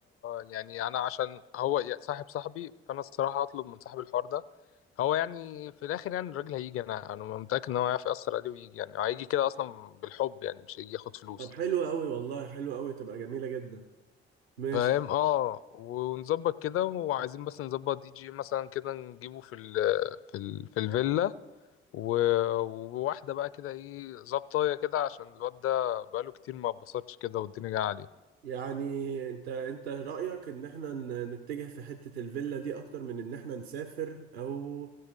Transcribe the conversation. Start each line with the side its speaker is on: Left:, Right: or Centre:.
Left: يعني انا عشان هو يا- صاحب صاحبي فانا الصراحه هطلب من صاحب الحوار ده هو يعني في الاخر يعني الراجل هيجي انا انا متاكد ان هو هيعرف ياثر عليه ويجي يعني هيجي كده اصلا بالحب يعني مش هيجي ياخد فلوس
Right: طب حلو قوي والله حلو قوي تبقى جميلة جدا ماشي
Left: فاهم اه ونظبط كده وعايزين بس نظبط دي جي مثلا كده نجيبه في ال في ال في الفيلا و- وواحدة بقى كده ايه ظبطاية كده عشان الواد ده بقاله كتير ما اتبسطش كده والدنيا جاية عليه
Right: يعني انت انت رأيك ان احنا ن- نتجه في حتة الفيلا دي اكتر من ان احنا نسافر او